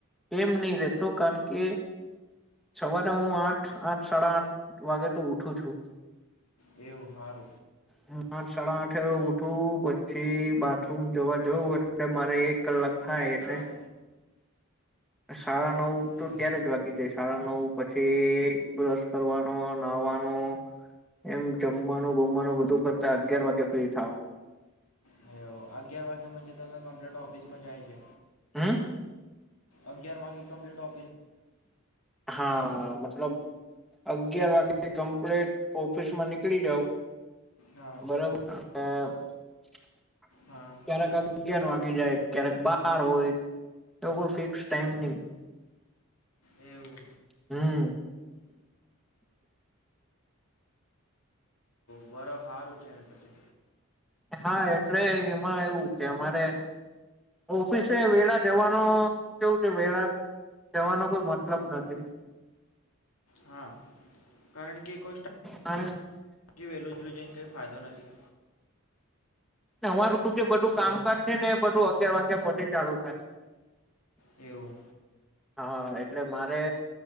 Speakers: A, in the centre; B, on the left.
A: એમ નહી રેતો કારણ કે સવારે હું આઠ આઠ સાડા આઠ વાગે તો ઉઠું છું.
B: એવું હારું.
A: હ આઠ સાડા આઠ એ ઉઠું પછી બાથરૂમ જોવા જવું એ મારે એક કલાક થાય
B: એક
A: એટલે
B: કલાક
A: સાડા નવ તો
B: એવું
A: ત્યારે જ વાગી જાય સાડા નવ પછી બ્રશ કરવાનો નવ વાનું એમ જમવાનું ગમવાનું બધું કરતા અગિયાર વાગે ફ્રી થાવ
B: હમ <unintelligible> તો અગિયાર વાગે તને કમ્પ્લીટ ઓફિસમાં જાય છે.
A: હમ
B: અગિયાર વાગે કમ્લીટ
A: હા મતલબ અગિયાર વાગ્યા એ કમ્પ્લેટ ઓફિસમાં નીકળી જાવ
B: હા
A: બરાબર. હ <unintelligible>
B: હા
A: ક્યારેક અ અગિયાર વાગી જાય ક્યારેક બાર હોય તો કોઈ ફિક્સ ટાાઈમ નહીં.
B: એવું.
A: હમ.
B: બર સારું છે ને પછી
A: હા એટલે એમાં એવું કે અમારે ઓફિસે વેળ જવાનો કેવું છે વેળ કવાનો કોઈ મતલબ નથી.
B: હા કારણ કે કોઈ સ
A: હણે
B: પછી વહેલું લું જઈને કંઈ ફાયદો નથી.
A: અમારું જે બધું
B: હે
A: કામકાજ છે ને એ બધું અગિયાર વાગ્યા પછી ચાલુ થાય.
B: એવું.
A: હા એટલે મારે